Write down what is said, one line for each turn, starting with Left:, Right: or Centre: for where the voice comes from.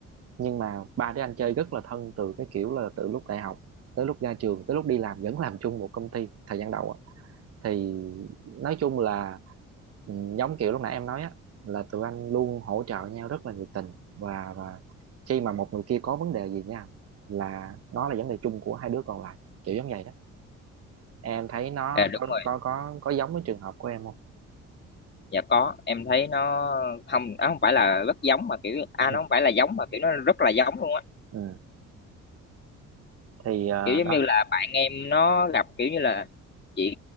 Right: nhưng mà ba đứa anh chơi rất là thân từ cái kiểu là từ lúc đại học tới lúc ra trường tới lúc đi làm vẫn làm chung một công ty thời gian đầu á. thì nói chung là ừ, giống kiểu lúc nãy em nói á là tụi anh luôn hỗ trợ nhau rất là nhiệt tình và và khi mà một người kia có vấn đề gì nha là nó là vấn đề chung của hai đứa còn lại kiểu giống vậy đó em thấy nó
Left: dạ
Right: có
Left: đúng rồi
Right: có có có giống với trường hợp của em không
Left: dạ có em thấy nó không nó không phải là rất giống mà kiểu à
Right: <laughs>
Left: nó không phải là giống mà kiểu nó rất là giống luôn á
Right: ừ. thì ờ,
Left: kiểu giống
Right: đó
Left: như là bạn em nó gặp kiểu như là chuyện